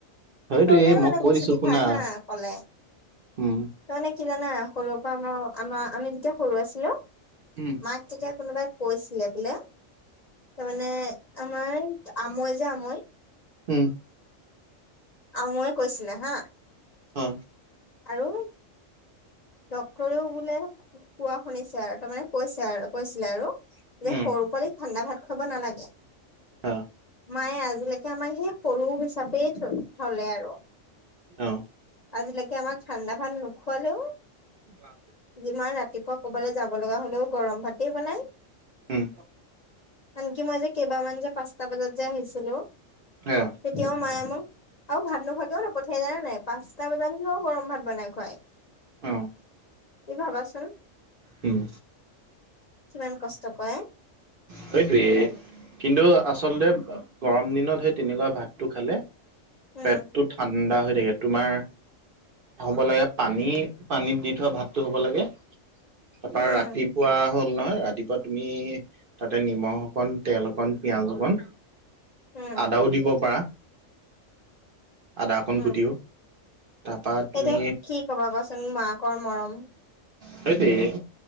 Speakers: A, on the right (about 50°); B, on the left (about 40°).
A: হয়তো
B: চবেই
A: এই মই
B: মানে
A: কৈ
B: বিচুটি
A: দিছো শুনা
B: খায় হা ক'লে।
A: উম
B: তাৰমানে কি জানা? সৰুৰ পৰা আমাৰ, আমাৰ, আমি যেতিয়া সৰু আছিলোঁ
A: উম।
B: মাক তেতিয়া কোনোবাই কৈছিলে বোলে তাৰমানে আমাৰ, আমৈ যে আমৈ
A: উম।
B: আমৈয়ে কৈছিলে হা
A: অহ।
B: আৰু ডক্টৰেও বোলে কোৱা শুনিছে আৰু, তাৰমানে কৈছে আৰু, কৈছিলে আৰু। যে
A: উম
B: সৰু পোৱালি ঠাণ্ডা ভাত খুৱাব নালাগে,
A: অ
B: মায়ে আজিলৈকে এয়া আমাৰ সেই সৰু হিচাপেই থ থ'লে আৰু।
A: অ'।
B: আজিলৈকে আমাক ঠাণ্ডা ভাত নুখুৱালেও
A: অহ।
B: যিমান ৰাতিপুৱা ক'ৰবালৈ যাব লগা হ'লেও গৰম ভাতেই বনাই।
A: উম।
B: আনকি মই যে কেইবামান যে পাঁচটা বজাত যে আহিছিলোঁ।
A: অ
B: তেতিয়াও মায়ে মোক আৰু ভাত নুখুৱাকেও নপঠিয়াই যানেনে নাই? পাঁচটা বজাত হ'লেওঁ গৰম ভাত বনাই খুৱাই।
A: অহ।
B: মি ভাবাচোন?
A: উম।
B: কিমান কষ্ট কৰে।
A: সেইটোৱেই, কিন্তু আচলতে গৰম দিনত সেই তেনেকুৱা ভাতটো খালে
B: উম
A: পেটটো ঠাণ্ডা হৈ থাকে, তোমাৰ হ'ব লাগে পানী, পানীত দি থোৱা ভাতটো হ'ব লাগে, তাৰপা
B: উম
A: ৰাতিপুৱা হ'ল নহয়, ৰাতিপুৱা তুমি তাতেই নিমখ অকণ, তেল অকণ, পিয়াজ অকণ
B: উম
A: আদাও দিব পাৰা। আদা অকন
B: উম
A: কুটিও তাৰপা তুমি
B: এতিয়া কি ক'বা কোৱাচোন? মাকৰ মৰম
A: সেইটোৱেই,